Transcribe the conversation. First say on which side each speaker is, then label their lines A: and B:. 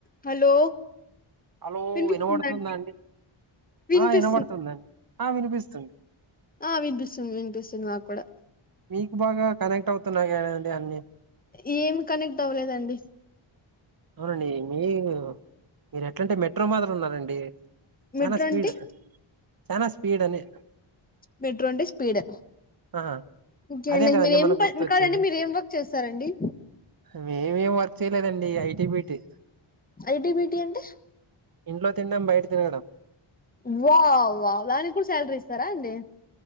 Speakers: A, on the left; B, on the right.
A: Hello
B: hello
A: వినిపిస్తుందా
B: వినబడుతుందా
A: అండి వినిపిస్తుంది
B: ఆ వినబడుతుందండి ఆ వినిపిస్తుంది
A: ఆ వినిపిస్తుంది వినిపిస్తుంది నాకు కూడా
B: మీకు బాగా కనెక్ట్ అవుతున్నా గానీయండి అన్నీ
A: ఏమి కనెక్ట్ అవ్వలేదండి
B: అవునండి మీ మీర్ ఎట్లంటే మెట్రో మాదిర్ ఉన్నారండి చానా
A: మెట్రో
B: స్పీడ్
A: అంటే
B: చానా స్పీడ్ అని
A: మెట్రో అంటే స్పీడ్
B: ఆ
A: ఇంకే
B: అదే
A: అండి
B: కదండి
A: మీరేం
B: మనకు
A: ప
B: గుర్తొచ్చేది
A: కాదండి మీర్ ఏం వర్క్ చేస్తారండి
B: వేవేం వర్క్ చేయలేదండి ఐటీ బిటి
A: ఐటిబిటి అంటే
B: ఇంట్లో తిండం బయట తిరగడం
A: వావ్ వావ్ దానిక్కూడ్ శాలరీ ఇస్తారా ఏంది